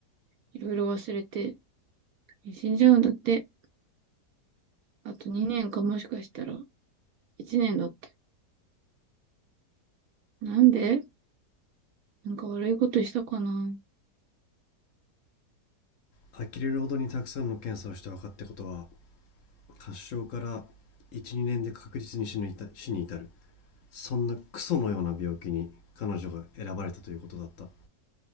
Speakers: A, on the right; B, on the left.
A: いろいろ忘れて、死んじゃうんだって。あと2年かもしかしたら、1年だって。なんでなんか悪いことしたかな
B: 呆れるほどにたくさんの検査をして分かったことは、発症から12年で確実に死に至死に至るそんなクソのような病気に彼女が選ばれたということだった